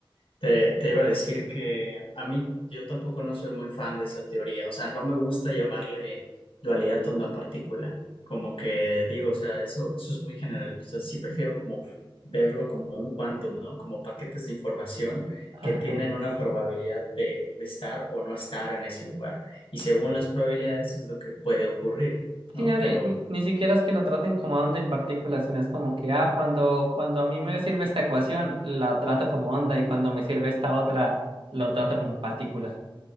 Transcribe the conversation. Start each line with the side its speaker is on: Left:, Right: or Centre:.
Left: Te, te iba a decir que a mí, yo tampoco no soy muy fan de esa teoría, o sea, no me gusta llamarle dualidad onda-partícula, como que digo, o sea, eso, eso es muy general, o sea, sí prefiero como verlo como un quantum, ¿no? Como paquetes de información
Right: Ajá.
Left: que tienen una probabilidad de, de estar o no estar en ese lugar, y según las probabilidades es lo que puede ocurrir, ¿no?
Right: Sí, dale,
Left: Pero
Right: ni, ni siquiera es que lo traten como onda y partícula, sino es como que, ah, cuando, cuando a mí me sirve esta ecuación, la trato como onda y cuando me sirve esta otra, lo trato como partícula.